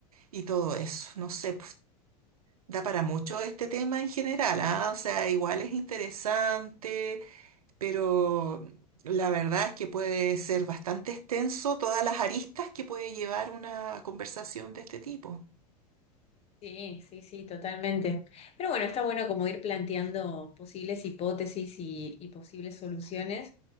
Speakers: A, on the right; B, on the left.
A: y todo eso. No sé, Da para mucho este tema en general, ¿ah? O sea, igual es interesante, pero la verdad es que puede ser bastante extenso todas las aristas que puede llevar una conversación de este tipo.
B: Sí, sí, sí, totalmente. Pero bueno, está bueno como ir planteando posibles hipótesis y, y posibles soluciones,